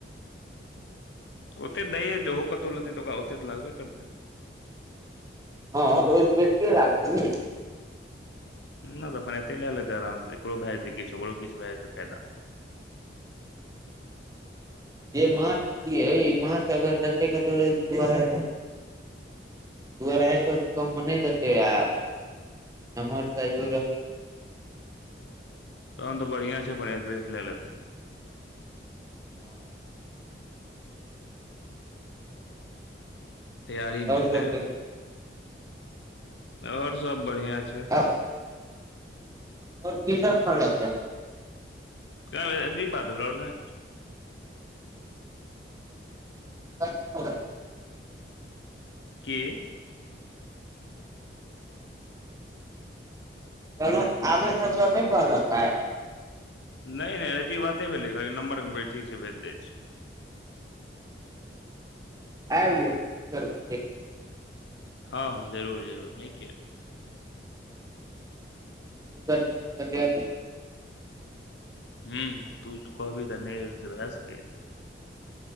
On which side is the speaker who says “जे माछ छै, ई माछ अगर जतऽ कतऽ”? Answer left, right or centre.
Right